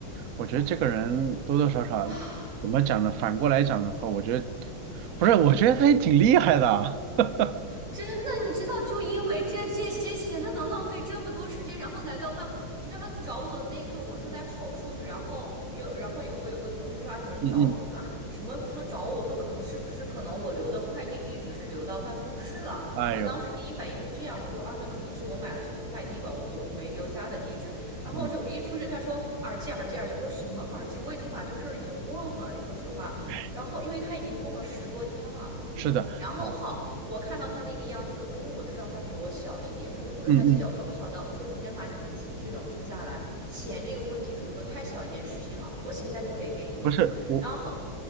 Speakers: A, on the right (about 75°); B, on the right (about 55°).
A: 我觉得这个人多多少少怎么讲呢？
B: <sighs> 啊。
A: 反过来讲的话，我觉得不是，我觉得他也挺厉害的啊。<laughs>
B: 真的，你知道，就因为这这些钱，他能浪费这么多时间，然后来到办公，你知道他找我的那一刻，我正在跑数据，然后有，然后有我有个同事就说啊，有人找你，
A: 嗯嗯，
B: 我说啊什么？我说找我，我说可能是不是可能我留的快递地址是留到办公室了？
A: 哎呦，
B: 我当时第一反应是这样，我说啊，那可能是我买了什么快递吧，我我没留家的地址。然后我就一出去，
A: 嗯，
B: 他说耳机耳机耳机，我说什么耳机？我已经把这事儿已经忘了，说实话。
A: 哎
B: 然后因为他已经用了十多天了。
A: 是的，
B: 然后好，
A: 哎
B: 我看到他那个样子，因为我知道他比我小一点，我就不跟他计较。
A: 嗯嗯，
B: 我说好的，我说你先把你的情绪冷静下来。钱这个问题是我说太小一件事情了，我现在就可以给你。
A: 不是我，
B: 然后